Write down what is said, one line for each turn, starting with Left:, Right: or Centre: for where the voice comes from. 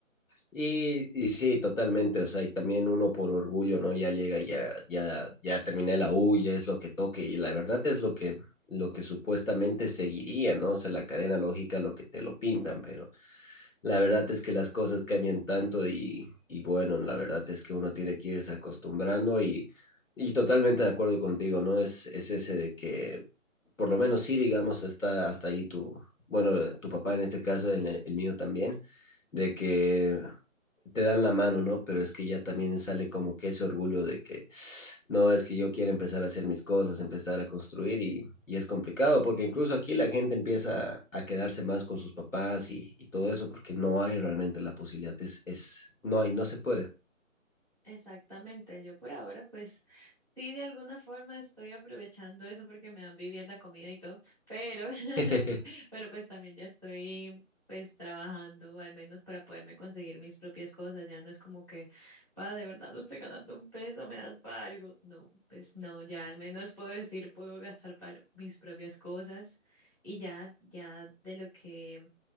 Left: Y, y sí, totalmente, o sea, y también uno por orgullo, ¿no? Ya llega, ya, ya, ya terminé la U, ya es lo que toque, y la verdad es lo que, lo que supuestamente seguiría, ¿no? O sea, la cadena lógica, lo que te lo pintan, pero la verdad es que las cosas cambian tanto y, y bueno, la verdad es que uno tiene que irse acostumbrando y, y totalmente de acuerdo contigo, ¿no? Es, es ese de que, por lo menos sí, digamos, hasta, hasta ahí tu, bueno, tu papá en este caso, el, el mío también, de que te dan la mano, ¿no? Pero es que ya también sale como que ese orgullo de que, no, es que yo quiero empezar a hacer mis cosas, empezar a construir y, y es complicado porque incluso aquí la gente empieza a quedarse más con sus papás y, y todo eso porque no hay realmente la posibilidad, es, es, no hay, no se puede.
Centre: Exactamente, yo por ahora pues sí de alguna forma estoy aprovechando eso porque me dan vivienda, comida y todo, pero, <laughs>
Left: <laughs>
Centre: pero pues también ya estoy pues trabajando al menos para poderme conseguir mis propias cosas, ya no es como que, pa, de verdad no estoy ganando un peso, me das para algo, no, pues no, ya al menos puedo decir, puedo gastar para mis propias cosas y ya, ya de lo que